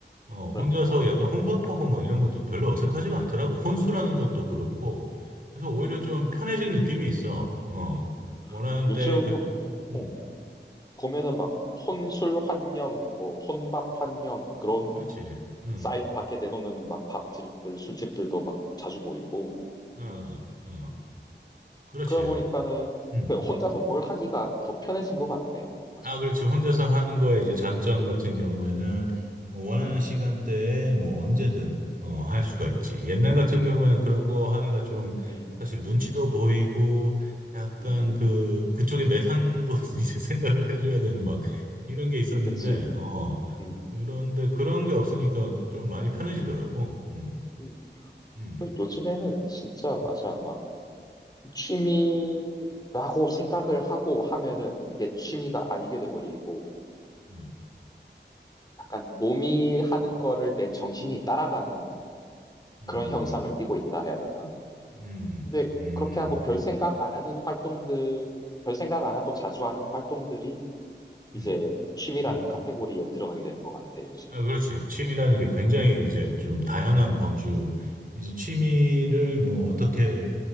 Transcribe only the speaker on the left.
그러니까.
음,
음,
음.
요즘도,
어,
어. 보면은 막 혼술 환영, 뭐 혼밥 환영 그런
사인 밖에 내놓는 막 밥집들, 술집들도 막 자주 보이고
그러다 보니까는
그 혼자서 뭘 하기가 더 편해진 것 같아. 맞아.
음,
음,
음,
음,
음.
그치.
음,
음,
음.
그리고 요즘에는 진짜
맞아. 막 취미라고 생각을 하고 하면은 그게 취미가 아니게 돼버리고
약간 몸이 하는 거를 내 정신이 따라가는
그런 형상을 띠고 있다 해야 되나?
근데
그렇게
하고 별
생각 안 하는 활동들, 별 생각 안 하고 자주 하는 활동들이 이제
취미라는
카테고리에 들어가게 되는 것 같아, 요즘에.
음,